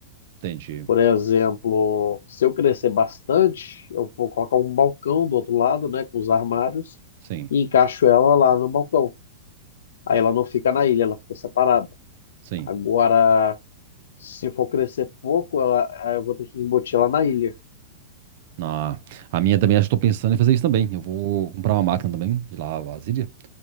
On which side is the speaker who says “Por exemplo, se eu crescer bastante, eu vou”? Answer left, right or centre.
Left